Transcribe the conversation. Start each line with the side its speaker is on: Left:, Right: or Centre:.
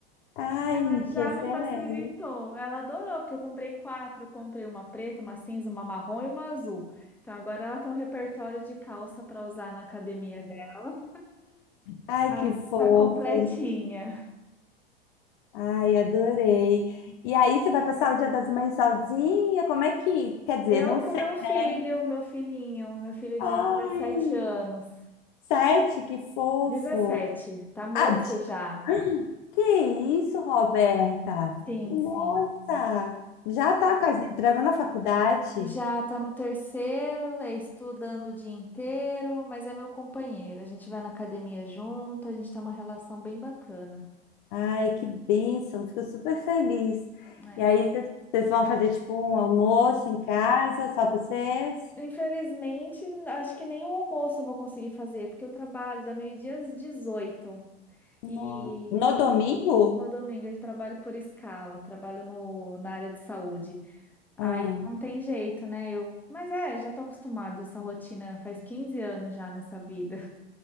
Left: Ai,
Centre: Mas
Left: que
Centre: já
Left: excelente.
Centre: me facilitou. Ela adorou, porque eu comprei quatro, eu comprei uma preta, uma cinza, uma marrom e uma azul. Então agora ela tem um repertório de calça para usar na academia dela.
Left: Ai,
Centre: Tá,
Left: que fofa.
Centre: tá completinha.
Left: gente. Ai, adorei. E aí, você vai passar o Dia das Mães sozinha? Como é que. Quer dizer,
Centre: Eu
Left: não
Centre: com
Left: sei,
Centre: meu filho,
Left: né?
Centre: meu filhinho, meu filho
Left: Ai,
Centre: de 17 anos.
Left: sete, que fofo.
Centre: 17, tá moço
Left: Ah, de-
Centre: já.
Left: que isso, Roberta?
Centre: Sim,
Left: Nossa,
Centre: sim.
Left: já tá quase entrando na faculdade.
Centre: Já tá no terceiro, é estudando o dia inteiro, mas é meu companheiro. A gente vai na academia junto, a gente tem uma relação bem bacana.
Left: Ai, que bênção, fico super feliz.
Centre: É.
Left: E aí, vocês vocês vão fazer tipo um almoço em casa, só vocês?
Centre: Infelizmente, acho que nem o almoço eu vou conseguir fazer, porque eu trabalho da meio-dia às 18. E
Left: No,
Centre: no,
Left: no domingo?
Centre: no domingo eu trabalho por escala, trabalho no, na área de saúde. Aí
Left: Ah,
Centre: não tem jeito, né? Eu, mas é, já tô acostumada a essa rotina, faz 15 anos já nessa vida.